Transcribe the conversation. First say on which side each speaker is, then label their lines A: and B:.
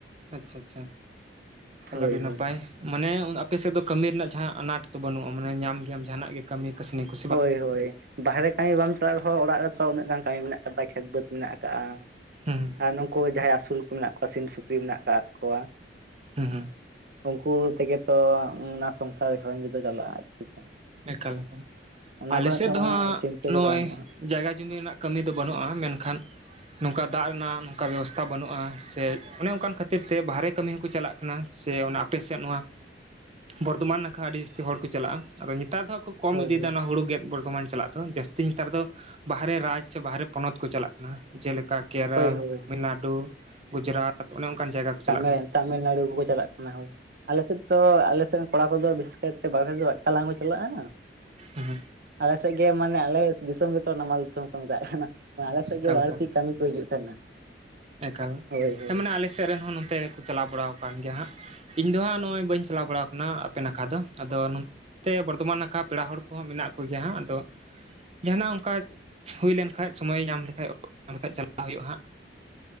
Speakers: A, on the right; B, on the right.
A: ᱟᱪᱪᱷᱟ ᱟᱪᱪᱷᱟ ᱛᱟᱦᱚᱞᱮ
B: ᱦᱳᱭ
A: ᱟᱹᱰᱤ
B: ᱦᱳᱭ
A: ᱱᱟᱯᱟᱭ ᱢᱟᱱᱮ ᱟᱯᱮᱥᱮᱫ ᱫᱚ ᱠᱟᱹᱢᱤ ᱨᱮᱱᱟᱜ ᱡᱟᱦᱟᱸ ᱟᱱᱟᱴ ᱛᱚ ᱵᱟᱹᱱᱩᱜᱼᱟ ᱢᱟᱱᱮ ᱧᱟᱢ ᱜᱮᱭᱟᱢ ᱡᱟᱦᱟᱱᱟᱜ ᱜᱮ, ᱠᱟᱹᱢᱤ ᱠᱟᱥᱱᱤ ᱠᱩ
B: ᱦᱳᱭ ᱦᱳᱭ ᱵᱟᱦᱨᱮ ᱠᱟᱹᱢᱤ ᱵᱟᱢ ᱪᱟᱞᱟᱜ ᱨᱮᱦᱚᱸ ᱚᱲᱟᱜ ᱨᱮᱛᱚ ᱩᱱᱟᱹᱜ ᱜᱟᱱ ᱠᱟᱹᱢᱤ ᱢᱮᱱᱟᱜ ᱟᱠᱟᱫᱟ ᱠᱷᱮᱛ ᱵᱟᱹᱫᱽ ᱢᱮᱱᱟᱜ ᱟᱠᱟᱫᱟ
A: ᱦᱩᱸ
B: ᱟᱨ ᱱᱩᱠᱩ ᱡᱟᱦᱟᱸᱭ ᱟᱹᱥᱩᱞ ᱠᱚ ᱢᱮᱱᱟᱜ ᱠᱚᱣᱟ ᱥᱤᱢ ᱥᱩᱠᱨᱤ ᱢᱮᱱᱟᱜ ᱟᱠᱟᱫ ᱠᱚᱣᱟ
A: ᱦᱩᱸ ᱦᱩᱸ
B: ᱩᱱᱠᱩ ᱛᱮᱜᱮ ᱛᱚ ᱚᱱᱟ ᱥᱚᱝᱥᱟᱨ ᱜᱷᱟᱨᱚᱸᱧ ᱨᱮ ᱫᱚ ᱪᱟᱞᱟᱜᱼᱟ ᱟᱡ ᱛᱮᱜᱮ
A: ᱮᱠᱟᱞ ᱟᱠᱟᱱᱟ
B: ᱚᱱᱟ
A: ᱟᱞᱮᱥᱮᱫ
B: ᱠᱚᱨᱮᱱᱟᱜ
A: ᱫᱚ
B: ᱢᱟᱱᱮ
A: ᱦᱟᱸᱜ
B: ᱪᱤᱱᱛᱟᱹ
A: ᱱᱚᱜᱼᱚᱭ
B: ᱠᱚᱫᱚ ᱵᱟᱹᱱᱩᱜᱼᱟ
A: ᱡᱟᱭᱜᱟ ᱡᱚᱢᱤ ᱨᱮᱱᱟᱜ ᱠᱟᱹᱢᱤ ᱫᱚ ᱵᱟᱹᱱᱩᱜᱼᱟ ᱢᱮᱱᱠᱷᱟᱱ ᱱᱚᱝᱠᱟ ᱫᱟᱜ ᱨᱮᱱᱟᱜ ᱱᱚᱝᱠᱟ ᱵᱮᱵᱚᱥᱛᱟ ᱵᱟᱹᱱᱩᱜᱼᱟ ᱥᱮ ᱚᱱᱮ ᱚᱱᱠᱟᱱ ᱠᱷᱟᱹᱛᱤᱨ ᱛᱮ ᱵᱟᱨᱦᱮ ᱠᱟᱹᱢᱤ ᱦᱚᱸᱠᱚ ᱪᱟᱞᱟᱜ ᱠᱟᱱᱟ ᱚᱱᱟ ᱥᱮ ᱚᱱᱟ ᱟᱯᱮᱮᱥᱭᱟᱜ ᱱᱚᱣᱟ ᱵᱚᱨᱛᱚᱢᱟᱱ ᱱᱟᱠᱷᱟ ᱟᱹᱰᱤ ᱡᱟᱹᱥᱛᱤ ᱦᱚᱲ ᱠᱚ ᱪᱟᱞᱟᱜᱼᱟ ᱟᱫᱚ ᱱᱮᱛᱟᱨ ᱫᱚ ᱦᱟᱜ ᱠᱚᱢ
B: ᱦᱳᱭ
A: ᱤᱫᱤᱭᱟ
B: ᱦᱳᱭ
A: ᱚᱱᱟ ᱦᱩᱲᱩ ᱜᱮᱫ ᱵᱚᱞ ᱵᱚᱨᱛᱚᱢᱟᱱ ᱪᱟᱞᱟᱜ ᱫᱚ ᱡᱟᱹᱥᱛᱤ ᱱᱮᱛᱟᱨ ᱫᱚ ᱵᱟᱨᱦᱮ ᱨᱟᱡᱽ ᱥᱮ ᱵᱟᱨᱦᱮ ᱯᱚᱱᱚᱛ ᱠᱚ ᱪᱟᱞᱟᱜ ᱠᱟᱱᱟ ᱡᱮᱞᱮᱠᱟ ᱠᱮᱨᱚᱞ
B: ᱦᱳᱭ ᱦᱳᱭ
A: ᱛᱟᱢᱤᱞᱱᱟᱲᱩ ᱜᱩᱡᱽᱨᱟᱴ, ᱚᱱᱮ ᱚᱱᱠᱟᱱ ᱡᱟᱭᱜᱟ ᱠᱚ
B: ᱛᱟᱢ
A: ᱪᱟᱞᱟᱜ ᱠᱟᱱᱟ
B: ᱛᱟᱹᱢᱤᱞᱱᱟᱹᱲᱩ ᱠᱚᱠᱚ ᱪᱟᱞᱟᱜ ᱠᱟᱱᱟ ᱦᱳᱭ ᱟᱞᱮ ᱥᱮᱫ ᱫᱚ ᱟᱞᱮ ᱥᱮᱫ ᱠᱚᱲᱟ ᱠᱚᱫᱚ ᱵᱤᱥᱮᱥ ᱠᱟᱭᱛᱮ ᱵᱟᱨᱦ ᱥᱮᱫ ᱫᱚᱠᱟᱞᱟᱝ ᱠᱚ ᱪᱟᱞᱟᱜᱼᱟ ᱟᱞ,
A: ᱦᱮᱸ
B: ᱟᱞᱮ ᱥᱮᱫ ᱜᱮ ᱢᱟᱱᱮ ᱟᱞᱮ ᱫᱤᱥᱚᱢ ᱜᱮᱛᱚ ᱱᱟᱢᱟᱞ ᱫᱤᱥᱚᱢ ᱠᱚ ᱢᱮᱛᱟᱜ ᱠᱟᱱᱟ ᱢᱟᱱ ᱟᱞᱮ ᱥᱮᱫ
A: ᱮᱠᱟᱞ
B: ᱜᱮ ᱵᱟᱹᱲᱛᱤ
A: ᱮᱠᱟᱞ
B: ᱠᱟᱹᱢᱤ ᱠᱚ ᱦᱤᱡᱩᱜ ᱛᱟᱦᱮᱱᱟ,
A: ᱮᱠᱟᱞ
B: ᱦᱳᱭ ᱦᱳᱭ
A: ᱦᱮᱸ ᱢᱟᱱᱮ ᱟᱞᱮ ᱥᱮᱫ ᱨᱮᱱ ᱦᱚᱸ ᱱᱚᱛᱮ ᱠᱚ ᱪᱟᱞᱟᱣ ᱵᱟᱲᱟ ᱟᱠᱟᱱ ᱜᱮᱭᱟ ᱦᱟᱸᱜ ᱤᱧ ᱫᱚ ᱦᱟᱸᱜ <unintelligible> ᱵᱟᱧ ᱪᱟᱞᱟ ᱵᱟᱲᱟ ᱚᱱᱟ ᱟᱯᱮ ᱱᱟᱠᱷᱟ ᱫᱚ ᱟᱫᱚ ᱱᱚᱛᱮ ᱵᱚᱨᱫᱷᱚᱢᱟᱱ ᱱᱟᱠᱷᱟ ᱯᱮᱲᱟ ᱦᱚᱲ ᱠᱚᱦᱚᱸ ᱢᱮᱱᱟᱜ ᱠᱚᱜᱮᱭᱟ ᱦᱟᱸᱜ ᱟᱫᱚ ᱡᱟᱦᱟᱱᱟᱜ ᱚᱱᱠᱟ ᱦᱩᱭ ᱞᱮᱱᱠᱟᱱ ᱥᱚᱢᱚᱭ ᱧᱟᱢ ᱞᱮᱠᱟᱱᱡ ᱧ ᱞᱮᱠᱟᱱ ᱪᱟᱞᱟᱣ ᱦᱩᱭᱩᱜᱼᱟ ᱦᱟᱸᱜ